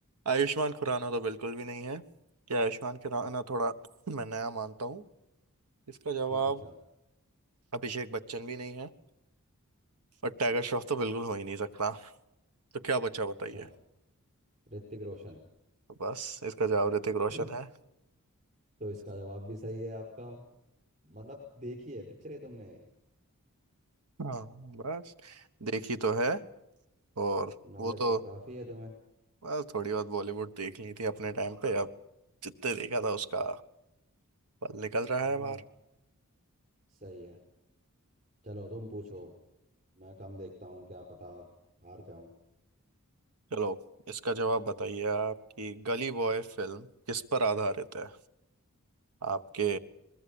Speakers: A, on the right; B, on the right.
A: आयुष्मान खुराना तो बिल्कुल भी नहीं है क्या आयुष्मान खुराना थोड़ा <clears throat> मैं नया मानता हूँ इसका जवाब
B: हम्म, अच्छा
A: अभिषेक बच्चन भी नहीं है और टाइगर श्रॉफ तो बिल्कुल हो ही नहीं सकता तो क्या बचा बताइए
B: अच्छा ऋतिक रोशन
A: तो बस इसका जवाब ऋतिक
B: <laughs>
A: रोशन है
B: तो इसका जवाब भी सही है आपका मतलब देखी है पिक्चर है तुमने
A: हाँ बस देखी तो है और
B: नॉलेज
A: वो तो
B: तो काफ़ी है तुम्हें
A: बस थोड़ी बहुत बॉलीवुड देख ली थी अपने टाइम पे अब जितने देखा था उसका पल निकल रहा
B: हाँ
A: है बाहर
B: सही है चलो तुम पूछो मैं कम देखता हूँ क्या पता हार जाऊं
A: चलो इसका जवाब बताइए आपकी गली बॉय फिल्म किस पर आधारित है आपके